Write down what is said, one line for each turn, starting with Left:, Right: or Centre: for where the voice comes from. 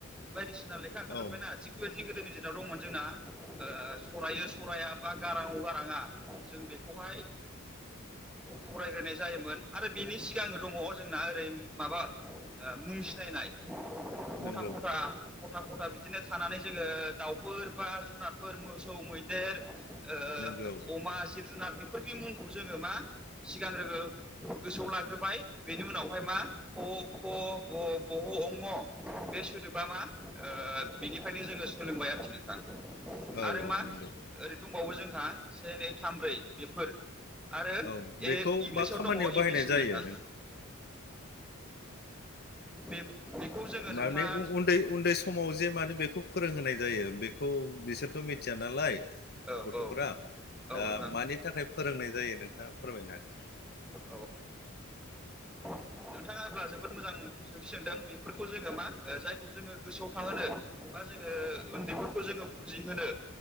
Centre: बायदिसिना लेखा ओंखारजोब्बायना
Left: औ
Centre: थिग बेबायदिनो गोदोनि दिराव दंमोन जोंना सरायो सरा बा गाराङ' गाराङा जों बे बेवहाय
Left: <inaudible>
Centre: फरायग्रोनाय जायोमोन आरो बेनि सिगां दङ जोंना ओरै माबा मुं सिनायनाय खथा
Left: नंगौ
Centre: खथा खथा खथा बिदिनो थानानै जोङो दाउफोर बा जुनारफोर मोसौ मैदेर ओ
Left: नंगौ
Centre: अमा जिब जुनार बेफोरनि मुंखौ जोङो मा सिगांग्रो गोसोआव लाग्रोबाय बेनि उनावहाय मा ख ग ग अङ बे सोदोबा मा ओ बिनिफ्रायनो जोङो सोलोंबाय आरोखि नों आरो
Left: औ औ
Centre: मा
Left: नंगौ
Centre: ओरै दंबावो जोंहा से नै थाम ब्रै बेफोर आरो
Left: औ
Centre: ए
Left: बेखौ
Centre: इंलिसाव
Left: बा खामानियाव
Centre: दङ ए
Left: बाहायनाय
Centre: बि सि डि
Left: जायो
Centre: नोंथां बे बेखौ जोङो
Left: माने
Centre: नोंथां
Left: उन्दै उन्दै समाव जे माने बेखौ फोरोंहोनाय जायो बेखौ बिसोरथ' मि मिथिया नालाय
Centre: औ
Left: गथ'फोरा
Centre: औ औ
Left: दा
Centre: नोंथां
Left: मानि थाखाय फोरोंनाय जायो नोंथाङा फोरमायनो हागोन।
Centre: औ नोंथाङा अब्ला जोबोद मोजां सोंथि सोंदों बेफोरखौ जोङो मा ओ जाय -खौ जोङो गोसोआव थाहोनो बा जोङो उन्दैबो -खौ जोङो बुजिहोनो